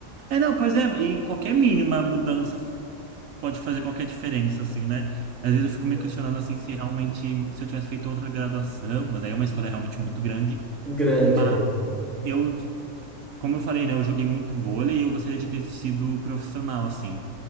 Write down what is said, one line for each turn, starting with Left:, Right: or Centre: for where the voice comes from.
Right: É, não, pois é, e qualquer mínima mudança pode fazer qualquer diferença, assim, né? Às vezes eu fico me
Centre: Sim.
Right: questionando, assim, se realmente, se eu tivesse feito outra graduação, mas aí é uma escolha realmente muito grande,
Centre: Grande,
Right: mas
Centre: é.
Right: eu como eu falei, né, eu joguei muito vôlei e eu gostaria de ter sido profissional, assim.